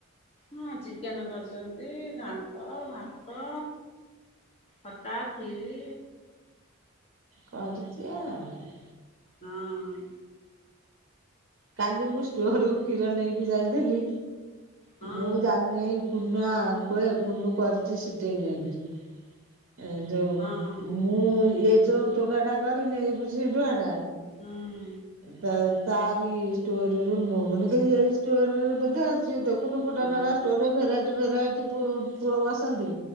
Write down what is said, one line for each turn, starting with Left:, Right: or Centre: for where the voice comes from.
Left: ହଁ ଚିକେନ କରୁଛନ୍ତି ଘାଣ୍ଟ ଭାତ ଖଟା ଖିରି
Right: କରୁଛି ଆଉ।
Left: ହୁଁ।
Right: କାଲି ମୁଁ ଷ୍ଟୋର କୁ କ୍ଷୀର ନେଇକି ଯାଇଥିଲି
Left: ହଁ
Right: ମୁଁ ଜାଣି କୁନା କୁହେ କୁନୁ କରିଛି ସିଟେଇଗଂ ଯାଇକିରି। ଏ ଯୋଉ
Left: ହଁ
Right: ମୁଁ ଏ ଯୋଉ ଟୋକା ଟା କରିନି ଏ ଟୁଆ ଟା।
Left: ହୁଁ।
Right: ତା ତାରି ଷ୍ଟୋରରେ ମୋ ମନ କେ ଏଇ ଷ୍ଟୋରରେ ବୋଧେ ଆସିବେ ତ। ଦେଖୁନୁ ଗୋଟେ
Left: ହଁ
Right: ନଖା ଷ୍ଟୋର ରେ ଭେରାଇଟି ଭେରାଇଟି ପୁ ପୁଅ ବସନ୍ତି